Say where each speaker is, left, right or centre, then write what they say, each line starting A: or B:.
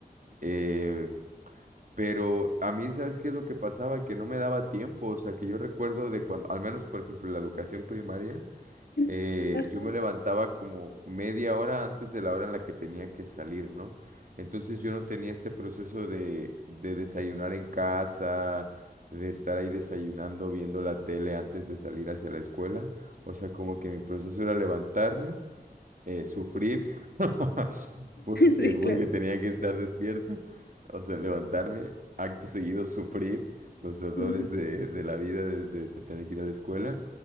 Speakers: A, on the right; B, on the left.
A: Eh, Pero a mí, ¿sabes qué es lo que pasaba? Que no me daba tiempo, o sea, que yo recuerdo de cuando, al menos por ejemplo, en la educación primaria,
B: <laughs>
A: eh, yo me levantaba como media hora antes de la hora en la que tenía que salir, ¿no? Entonces yo no tenía este proceso de, de desayunar en casa, de estar ahí desayunando, viendo la tele antes de salir hacia la escuela, o sea, como que mi proceso era levantarme eh, sufrir <laughs> porque,
B: Sí,
A: porque
B: claro.
A: tenía que estar despierto, o sea, levantarme, acto seguido, sufrir los horrores
B: Mm,
A: de, de la vida, de, de- de tener que ir a la escuela.